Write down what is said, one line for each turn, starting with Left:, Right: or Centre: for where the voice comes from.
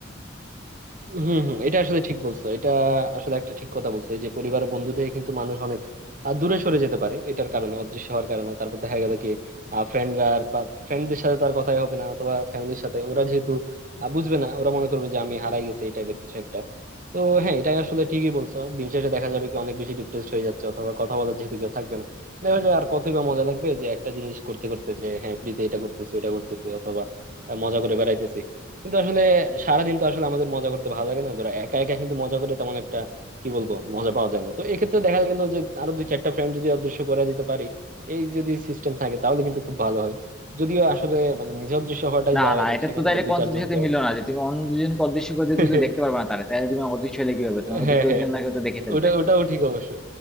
Right: হম হম এটা আসলে ঠিক বলছো এটা আসলে একটা ঠিক কথা বলছো এই যে পরিবার ও বন্ধু থেকে কিন্তু মানুষ অনেক আহ, দূরে সরে যেতে পারে এটার কারণে অদৃশ্য হওয়ার কারণে তারপর দেখা গেল কি ফ্রেন্ডরা আর ফ্রেন্ডদের সাথে তার কথাই হবে না অথবা ফ্যামিলির সাথে ওরা যেহেতু আহ, বুঝবে না ওরা মনে করবে যে আমি হারাই গেছি এই টাইপের কিছু একটা তো হ্যাঁ এটা আসলে ঠিকই বলছো দিন শেষে দেখা যাবে কি অনেক বেশি ডিপ্রেসড হয়ে যাচ্ছে অথবা কথা বলার যেহেতু কেউ থাকবে না দেখা যায় আর কতই বা মজা লাগবে যে একটা জিনিস করতে করতে যে হ্যাঁ ফ্রিতে এটা করতেছি ওটা করতেছি অথবা আহ, মজা করে বেড়াইতেছি কিন্তু আসলে সারাদিন তো আসলে আমাদের মজা করতে ভালো লাগে না ধরো একা একা কিন্তু মজা করে তেমন একটা কি বলবো মজা পাওয়া যায় না তো এক্ষেত্রে দেখা গেল যে আরো দুই চারটা ফ্রেন্ড যদি অদৃশ্য করে দিতে পারি এই যদি সিস্টেম থাকে তাহলে কিন্তু খুব ভালো হয় যদিও আসলে মানে নিজে অদৃশ্য হওয়াটাই
Centre: না
Right: যাওয়া
Centre: না
Right: হয় না
Centre: এটা
Right: সেখানে
Centre: তো তাইলে
Right: আমার দুই
Centre: কনসেপ্টের
Right: চারজনকে
Centre: সাথে মিললো না যে তুমি অন্য দুজনকে অদৃশ্য করে
Right: <laughs>
Centre: দিয়ে তুমি তো দেখতে পারবে না তাহলে তাহলে তুমি অদৃশ্য হলে কি হবে তোমাকে
Right: হ্যাঁ
Centre: তো কেউ
Right: হ্যাঁ
Centre: একজন না কেউ তো দেখে ফেলবে
Right: ওটা ওটাও ঠিক অবশ্য